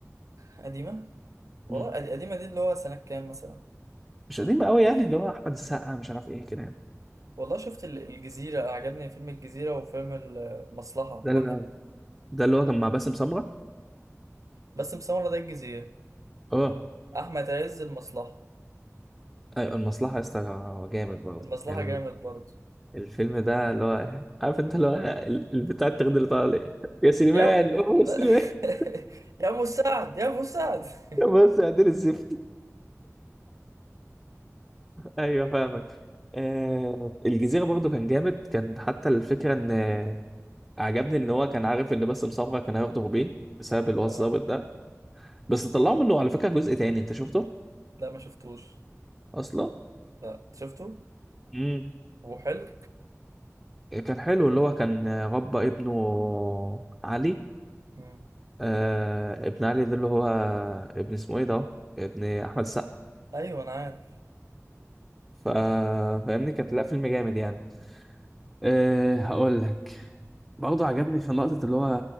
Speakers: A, on the right; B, in the centre.
A: قديمة والله
B: مم.
A: قد- قديمة دي اللي هو سنة كام مثلا
B: مش قديمه قوي يعني اللي هو احمد السقا مش عارف ايه كده يعني
A: والله شفت ال- الجزيرة عجبني فيلم الجزيرة وفيلم المصلحة
B: ده
A: واحد
B: اللي هو ده اللي هو كان مع باسم سمره
A: بس مسمرة ده الجزيرة
B: اه
A: أحمد عز المصلحة
B: ايوه المصلحه يا اسطى جامد برضه
A: المصلحة
B: يعني
A: جامد برضه
B: الفيلم ده اللي هو عارف انت اللي هو ال- البتاع الترند اللي طالع <laughs> يا سليمان
A: يا
B: أوه يا
A: لا
B: سليمان <laughs>
A: <laughs> يا أبو سعد يا أبو سعد <laughs>
B: يا بس يا عدل الزفت ايوه فاهمك آه الجزيره برضه كان جامد كان حتى الفكره ان آه، عجبني ان هو كان عارف ان باسم سمره كان هياخده بيه بسبب اللي
A: آه.
B: هو الظابط ده بس طلعوا منه على فكره جزء تاني انت شفته
A: لا ما شفتوش
B: اصلا
A: لا أنت شفته
B: امم
A: وحلو
B: كان حلو اللي هو كان آه، ربى ابنه علي
A: مم.
B: آه ابن علي ده اللي هو ابن اسمه ايه ده ابن احمد السقا
A: أيوه أنا عارف
B: ف- فاهمني كانت لا فيلم جامد يعني أه هقول لك برضه عجبني في نقطة اللي هو